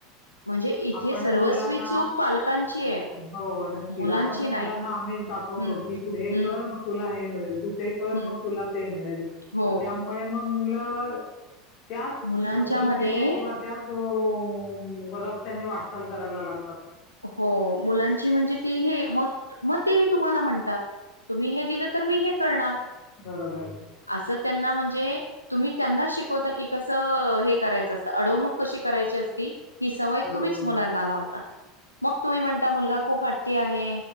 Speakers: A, on the left; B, on the left.
A: म्हणजे इथे
B: आपणच
A: सर्वस्वी
B: मुलांना
A: चूक पालकांची आहे
B: हो नक्कीच
A: मुलांची
B: आपण
A: नाही
B: मुलांना आमिश दाखवतो
A: हम्म
B: की हे
A: हम्म
B: कर मग तुला हे मिळेल तू ते कर
A: हम्म
B: मग तुला ते मिळेल त्यामुळे
A: हो
B: मग मुलं त्याच
A: मुलांच्या
B: दृष्टीने
A: मध्ये
B: हो रस्त्याने वाटचाल करायला लागतात.
A: हो, मुलांची म्हणजे ती हे मग मग ते तुम्हाला म्हणतात तुम्ही हे दिलं तर मी हे करणार.
B: बरोबर.
A: असं त्यांना म्हणजे, तुम्ही त्यांना शिकवता की कसं, हे करायचं असतं, अडवणूक कशी करायची असती. ही सवय
B: बरोबर,
A: तुम्हीच मुलांना लावता. मग तुम्ही म्हणता, मुलगा खूप हटी आहे